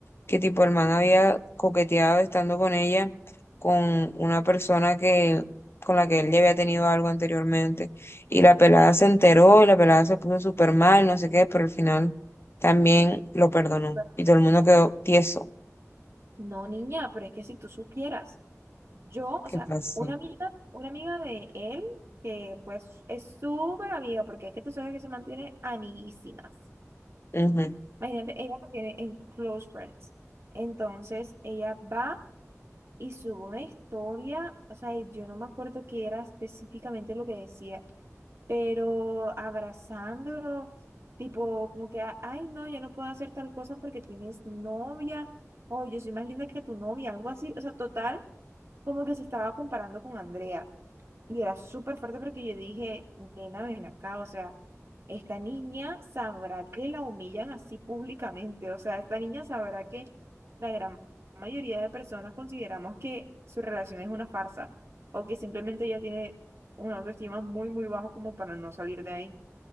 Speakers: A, on the left; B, on the right.
A: que tipo el man había coqueteado estando con ella, con una persona que, con la que él ya había tenido algo anteriormente. Y la pelada se enteró y la pelada se puso súper mal, no sé qué, pero al final también lo perdonó
B: Perfecto.
A: y todo el mundo quedó tieso.
B: No, niña, pero es que si tú supieras. Yo, o
A: ¿Qué
B: sea,
A: pasó?
B: una amiga, una amiga de él, que pues es súper amiga, porque es que tú sabes que se mantiene amiguísimas.
A: Ujú.
B: Imagínate, ella que tiene en Close Friends. Entonces, ella va y sube una historia, o sea, y yo no me acuerdo qué era específicamente lo que decía, pero abrazándolo, tipo, como que, ay, no, yo no puedo hacer tal cosa porque tienes novia, o yo soy más linda que tu novia, algo así, o sea, total, como que se estaba comparando con Andrea. Y era súper fuerte porque yo dije, nena, ven acá, o sea, esta niña sabrá que la humillan así públicamente, o sea, esta niña sabrá que la gran mayoría de personas consideramos que su relación es una farsa o que simplemente ella tiene una autoestima muy, muy bajo como para no salir de ahí.